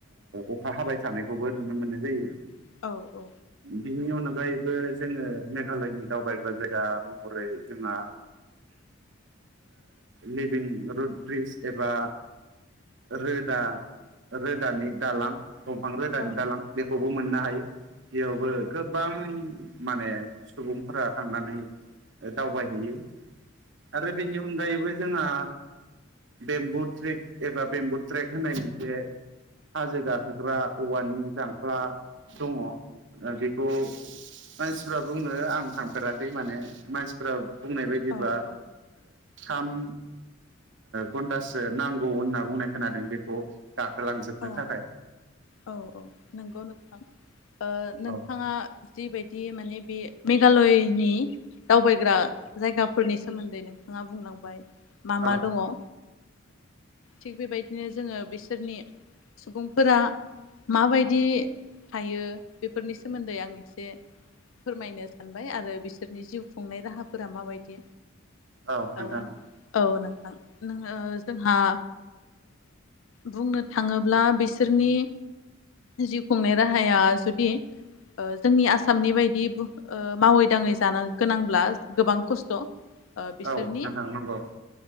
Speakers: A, on the right (about 60°); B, on the left (about 80°).
A: अखा हाबाय थानायखौबो नुनो मोननाय जायो।
B: औ औ औ
A: बिनि अनगायै जोङो मेघालयनि दावबायग्रा जायगा महरै जोंहा लिभिं रुड ब्रिज एबा रोदा रोदानि दालां दंफां रोदानि
B: औ
A: दालां बेखौबो मोननो हायो। बेयावबो गोबां माने सुबुंफोरा थांनानै दावबायहैयो। आरो बेनि अनगायैबो जोंहा बेम्बु ट्रिक एबा बेम्बु ट्रेक होननाय मोनसे हाजो गाखोग्रा औवानि जांख्ला दङ ओ बेखौ मानसिफ्रा बुङो आं थांफेराखै माने मानसिफ्रा बुंनाय बायदिबा
B: औ
A: थाम घन्टासो नांगौ होनना बुंनाय खोनादों बेखौ थांजोबनो
B: औ
A: थाखाय
B: औ औ नंगौ नोंथां ओ नोंथाङा
A: औ
B: जिबायदि बिदि माने बे मेघालयनि दावबायग्रा जायगाफोरनि सोमोन्दै नोंथाङा बुंलांबाय मा
A: औ
B: मा दङ ओ थिग बेबायदिनो जोङो बिसोरनि सुबुंफोरा माबायदि थायो बेफोरनि सोमोन्दै आं एसे फोरमायनो सानबाय आरो बिसोरनि जिउ खुंनाय राहाफोरा माबायदि
A: औ नोंथां
B: आ औ नंगौ। नोङो जोंहा बुंनो थाङोब्ला बिसोरनि जिउ खुंनाय राहाया जुदि ओ जोंनि आसामनि बायदि ओ मावै दाङै जानो गोनांब्ला गोबां खस्थ'। बिसोरनि
A: औ नोंथां नंगौ